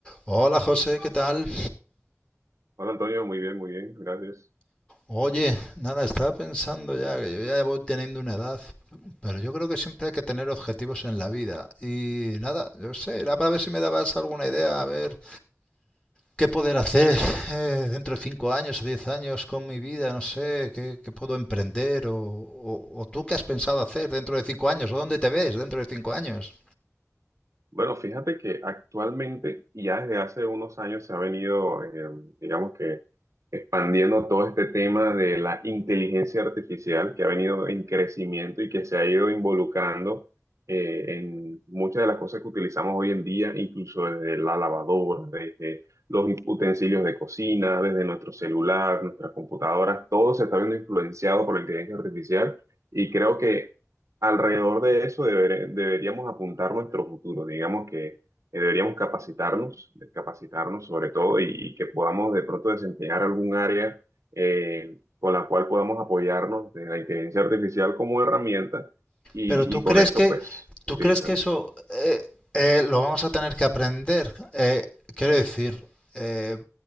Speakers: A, on the left; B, on the right.
A: Hola José, ¿qué tal?
B: Hola Antonio, muy bien, muy bien, gracias.
A: Oye, nada, estaba pensando ya que yo ya voy teniendo una edad, pero yo creo que siempre hay que tener objetivos en la vida. Y nada, yo sé, era para ver si me dabas alguna idea, a ver qué poder hacer eh, dentro de 5 años o 10 años con mi vida, no sé, qué, qué puedo emprender o, o, o tú qué has pensado hacer dentro de 5 años o dónde te ves dentro de 5 años.
B: Bueno, fíjate que actualmente y ya desde hace unos años se ha venido, eh, digamos que expandiendo todo este tema de la inteligencia artificial que ha venido en crecimiento y que se ha ido involucrando eh, en muchas de las cosas que utilizamos hoy en día, incluso desde la lavadora, desde los utensilios de cocina, desde nuestro celular, nuestras computadoras, todo se está viendo influenciado por la inteligencia artificial y creo que alrededor de eso debere- deberíamos apuntar nuestro futuro, digamos que eh, deberíamos capacitarnos, capacitarnos sobre todo y, y que podamos de pronto desempeñar algún área eh, con la cual podamos apoyarnos de la inteligencia artificial como herramienta y,
A: Pero tú
B: y
A: crees
B: con esto
A: que,
B: pues
A: tú
B: utilizarla.
A: crees que eso
B: ¿sí?
A: eh, eh, lo vamos a tener que aprender. Eh, quiero decir, eh,